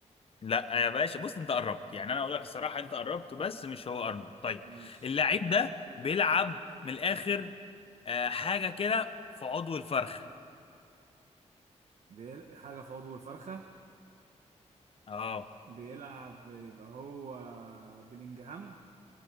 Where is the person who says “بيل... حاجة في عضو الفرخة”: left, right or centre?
Right